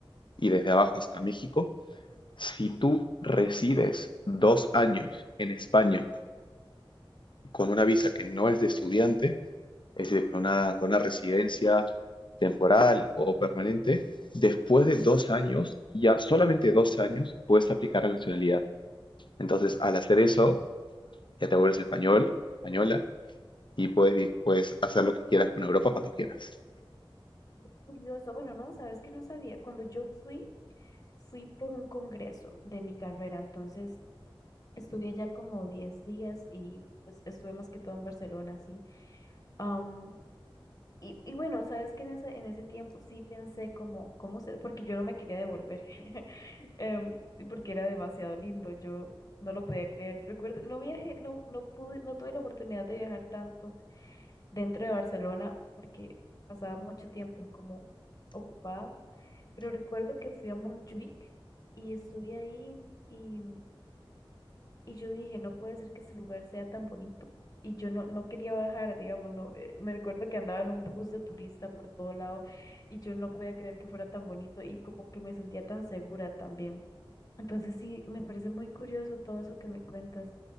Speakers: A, on the left (about 55°); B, on the left (about 40°).
A: y desde abajo hasta México, si tú resides dos años en España con una visa que no es de estudiante, es decir, con una, con una residencia temporal o permanente, después de dos años, ya solamente dos años, puedes aplicar la nacionalidad. Entonces, al hacer eso, ya te vuelves español, española, y puedes, vi- puedes hacer lo que quieras con Europa cuando quieras.
B: Curioso, bueno, no, sabes que no sabía. Cuando yo fui, fui por un congreso de mi carrera, entonces estuve allá como 10 días y pues estuve más que todo en Barcelona, sí. Am, y, y bueno, sabes que en ese, en ese tiempo sí pensé como, cómo ser, porque yo no me quería devolver. <laughs> em, y porque era demasiado lindo, yo no lo podía creer. Recuerdo, no viajé, no, no pude, no tuve la oportunidad de viajar tanto dentro de Barcelona porque pasaba mucho tiempo como ocupada, pero recuerdo que fui a Montjuic y estuve ahí y, y yo dije, no puede ser que ese lugar sea tan bonito. Y yo no, no quería bajar, digamos, no, eh, me recuerdo que andaba en un bus de turista por todo lado y yo no podía creer que fuera tan bonito y como que me sentía tan segura también. Entonces sí, me parece muy curioso todo eso que me cuentas.